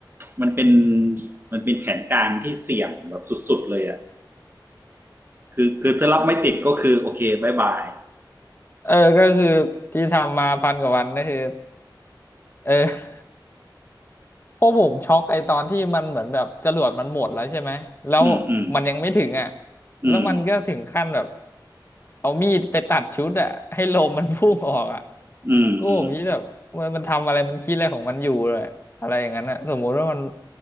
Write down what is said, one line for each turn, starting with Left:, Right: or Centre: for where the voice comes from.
Right: มันเป็นมันเป็นแผนการที่เสี่ยงแบบสุดๆเลยอ่ะคือคือถ้ารับไม่ติดก็คือโอเคบายบาย
Left: เออก็คือที่ทำมาพันกว่าวันก็คือเออพวกผมช็อกไอตอนที่มันเหมือนแบบจรวดมันหมดแล้วใช่ไหมแล้วมันยังไม่ถึงอ่ะ
Right: <laughs> อืมอืมอืม
Left: แล้วมันก็ถึงขั้นแบบเอามีดไปตัดชุดอ่ะให้ลมมันพุ่งออกอ่ะ
Right: อืมอืม
Left: ก็ผมคิดแบบมันมันทำอะไรมันคิดอะไรของมันอยู่เลยอะไรอย่างนั้นอ่ะสมมุติว่ามัน